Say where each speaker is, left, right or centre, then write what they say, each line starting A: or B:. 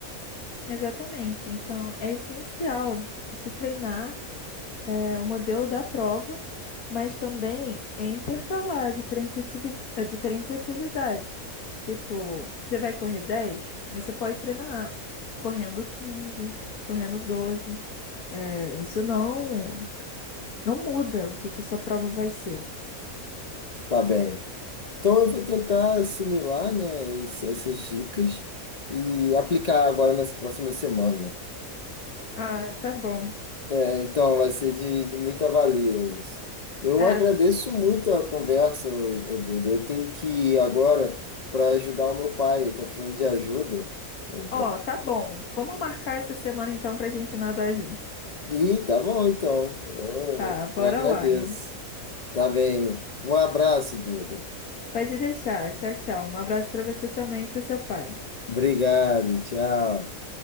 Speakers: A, on the left; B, on the left.
A: Exatamente. Então, é essencial se treinar. é, o modelo da prova, mas também é intercalar diferentes, ativi- eh, diferentes atividades. Tipo, você vai correr 10, mas você pode treinar correndo 15, correndo 12. É, isso não, não muda o que que sua prova vai ser.
B: Tá bem. Então eu vou tentar assimilar, né, esse- essas dicas e aplicar agora nessa próxima semana.
A: Ah, tá bom.
B: É, então vai ser de, de muita valia isso. Eu
A: É,
B: agradeço muito a conversa, ô- ô Duda. Eu tenho que ir agora para ajudar o meu pai, ele tá precisando de ajuda. Eu- pra-
A: ó, tá bom. Vamos marcar essa semana então pra gente nadar junto.
B: Ih, tá bom então. Eu,
A: Tá, bora
B: eu agradeço.
A: lá, hein?
B: Tá bem. Um abraço, Duda.
A: Pode deixar. Tchau, tchau. Um abraço pra você também e pro seu pai.
B: Obrigado, tchau.